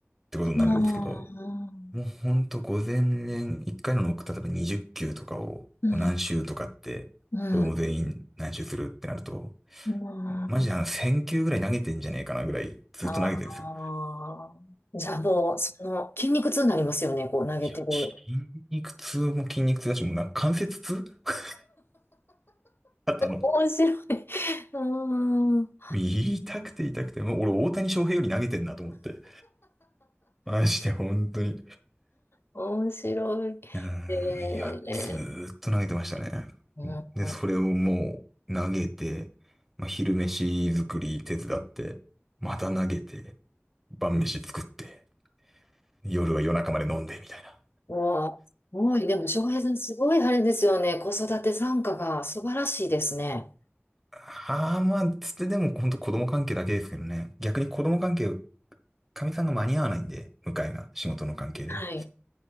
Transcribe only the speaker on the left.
ああ、
うん、
うん、
うん。
ああ。じゃあもう、その、筋肉痛になりますよね、こう投げてる。
面白い。<laughs> うん。
面白い。
え
ー、
うん。
うわ、すごい。でも、翔平さん、すごいあれですよね。子育て参加が素晴らしいですね。
はい。